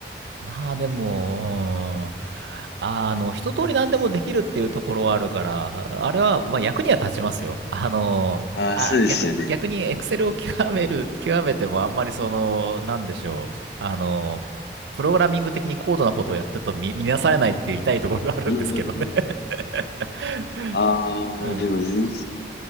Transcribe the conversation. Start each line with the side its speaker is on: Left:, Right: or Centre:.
Right: まあでも、うん、あの、一通り何でもできるっていうところはあるから、あれは、まあ役には立ちますよ。あの、
Left: ああ、
Right: あ、
Left: そうですよね。
Right: 逆に、逆にエクセルを極める、極めてもあんまりその、なんでしょう。あの、プログラミング的に高度なことをやってると見、見なされないっていう痛いところがあるんですけどね。
Left: うんうんうん。
Right: <laughs>
Left: ああ、
Right: うん、
Left: でも全然。